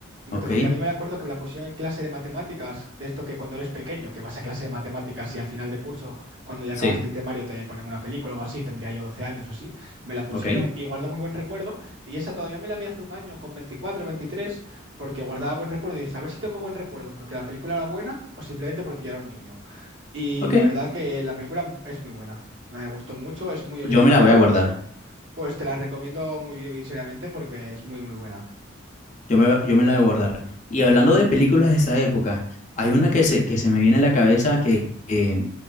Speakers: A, on the left (about 35°); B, on the right (about 70°).
A: ok,
B: Porque a mí me acuerdo que me la pusieron en clase de matemáticas, de esto que cuando eres pequeño, que vas a clase de matemáticas y al final de curso, cuando ya
A: sí,
B: acabaste el temario, te ponen una película o algo así, tendría yo 12 años o así. Me la pusieron
A: ok,
B: y guardo muy buen recuerdo. Y esa todavía me la vi hace un año con 24, 23, porque guardaba buen recuerdo y dije, a ver si tengo buen recuerdo, porque la película era buena o simplemente porque yo era un niño. Y
A: ok.
B: la verdad que la película es muy buena. Me gustó mucho, es muy original.
A: Yo me la voy a guardar.
B: Pues te la recomiendo muy bien y seriamente porque es muy, muy buena.
A: Yo me, yo me la voy a guardar. Y hablando de películas de esa época, hay una que se, que se me viene a la cabeza que, que,